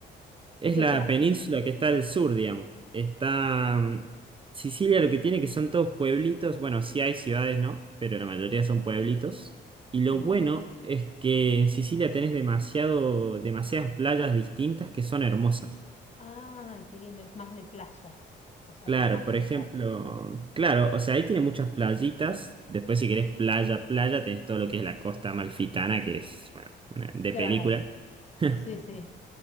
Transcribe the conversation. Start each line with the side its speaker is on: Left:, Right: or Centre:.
Right: Es
Left: ¿qué
Right: la
Left: se hace?
Right: península que está al sur, digamos. Está mm, Sicilia, lo que tiene que son todos pueblitos. Bueno, sí hay ciudades, ¿no? Pero la mayoría son pueblitos. Y lo
Left: Sí.
Right: bueno es que en Sicilia tenés demasiado, demasiadas playas distintas que son hermosas.
Left: Ah, qué lindo. Es más de playa. O sea,
Right: Claro,
Left: podés aprovechar.
Right: por ejemplo, claro, o sea, ahí tiene muchas playitas. Después, si querés playa, playa, tenés todo lo que es la costa amalfitana, que es, bueno, una- de
Left: Claro.
Right: película. <laughs>
Left: Sí, sí.